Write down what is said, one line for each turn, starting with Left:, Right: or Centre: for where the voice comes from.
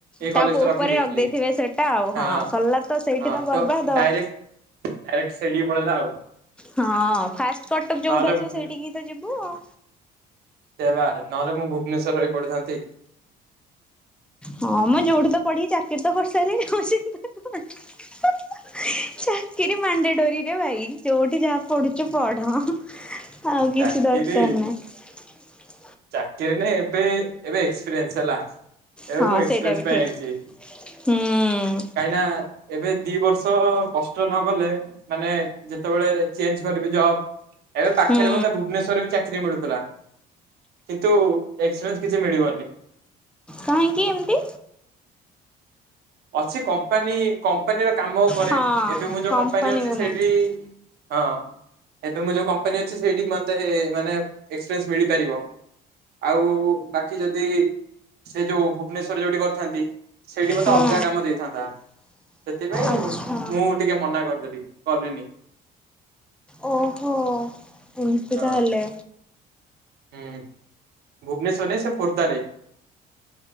Right: ଏ
Centre: ତା
Right: କଲେଷ୍ଟ
Centre: ଉପରେ
Right: ରଖିଦେଇଥିଲି
Centre: ରଖିଦେଇଥିବେ ସେଟା ଆଉ
Right: ହଁ
Centre: ସରିଲା ତ ସେଇଠି
Right: ହଁ
Centre: ବର୍ବାଦ
Right: ତ
Centre: ଆଉ।
Right: ଡାଇରେକ୍ଟ ଡାଇରେକ୍ଟ ସେଇଠିକି ପଳେଇଲା ଆଉ।
Centre: ହଁ ଫାଷ୍ଟ କଟକ ଯୋଉଠୁ
Right: ନହେଲେ
Centre: ଆସିବ ସେଇଠିକି ତ ଯିବୁ ଆଉ।
Right: ସେ ବା ନହେଲେ ମୁଁ ଭୁବନେଶ୍ଵର ରହି ପଢିଥାନ୍ତି।
Centre: ହଁ ମ ଯଉଠି ତ ପଢିକି ଚାକିରିତ କରିରସାଇଲେଣି ଆଉ ସେ ହି ହି ହି ଚାି ରି ମାଣ୍ଡାଡୋରୀରିରେ ଭାଇ ଜଉଠି ଯାହା ପଢୁଚ ପଢ। ଆଉ କିଛି
Right: ଚାକିରି
Centre: ଦରକାର ନାହିଁ।
Right: ଚାକିରି ନା ଏବେ ଏବେ ଏକ୍ସପିରିଏନ୍ସ ହେଲା। ଏବେ
Centre: ହଁ
Right: ମୁଁ ଏକ୍ସପ୍ରିଏନ୍ସ
Centre: ସେଇଟା ବି
Right: ପାଇଁ
Centre: ଠିକ୍
Right: ଆଇଚି କାହିଁକି
Centre: ହୁଁ
Right: ନା। ଏବେ ଦି ବର୍ଷ କଷ୍ଟ ନ ଗଲେ ମାନେ ଯେତେବେଳେ ଚେଞ୍ଜ କରିବି ଜବ୍ ଏବେ ପାଖରେ
Centre: ହୁଁ
Right: ମୋତେ ଭୁବନେଶ୍ଵରରେ ବି ଚାକିରି ମିଳୁଥିଲା। କିନ୍ତୁ ଏକ୍ସପ୍ରିଏନ୍ସସ କିଛି ମିଳିବନି।
Centre: କାହିଁକି ଏମିତି।
Right: ଅଛି କମ୍ପାନୀ କମ୍ପାନୀର କାମ ଉପରେ
Centre: ହଁ
Right: ଏବେ ମୁଁ ଯୋଉ
Centre: କମ୍ପାନୀକୁ
Right: କମ୍ପାନୀ ଅଛି ସେଇଠି
Centre: ନେଇକି
Right: ହଁ, ଏବେ ମୁଁ ଯେଉ କମ୍ପାନୀ ଅଛି ସେଇଠି ମତେ ମାନେ ଏକ୍ସପିରିସ ମିଳିପାରିବ। ଆଉ ବାକି ଯଦି ସେ ଯୋଉ ଭୁବନେଶରରେ ଯୋଉଠି କରିଥାନ୍ତି, ସେଇଠି ମଧ୍ୟ
Centre: ହୁଁ
Right: ତ ଅଲଗା କାମ ଦେଇଥାନ୍ତା। ସେଥିପାଇଁ,
Centre: ଆଚ୍ଛା
Right: ମୁଁ ଟିକେ ମନା କରିଦେଲି, ଗଲିନି।
Centre: ଓହୋ, ଏମତି
Right: ହଁ
Centre: ତାହଲେ
Right: ହୁଁ, ଭୁବନେଶ୍ଵରରେ ନାଇଁ, ସେ ଖୋର୍ଦ୍ଧାରେ